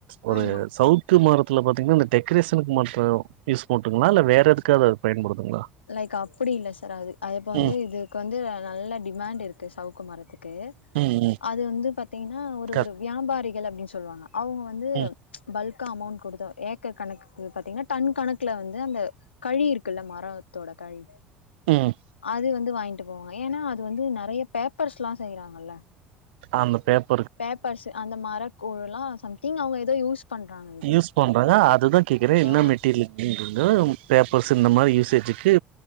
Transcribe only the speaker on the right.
ஒரு
சவுக் க்கு மரத்துல பாத்தீங்கன்னா இந்த டெக்கரேஷனுக்கு மட்டு யூஸ் பண்ணட்டுங்களா இல்ல வேற எதுக்காது அது பயன்படுதுங்களா
ம்
ம் ம்
கரெக்ட்
ம்
ம்
அந்த பேப்
யூஸ் பண்றாங்க அதுதா கேக்குறே
என்ன மெட்டீரியல் அப்டின்றது தா பேப்பர்ஸ்சு இந்த மாதிரி யூசேஜ்க்கு